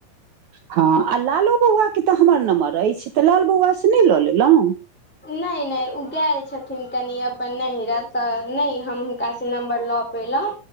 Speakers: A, on the right; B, in the centre.
A: हँ आ लालो बौआ के तऽ हमर नम्बर अछि तऽ लाल बौआ से नहि लऽ लेलहुँ
B: नहि नहि ओ गेल छथिन कनि अपन नहिरा तऽ नहि हम हुनका सँ नम्बर लऽ पेलहुँ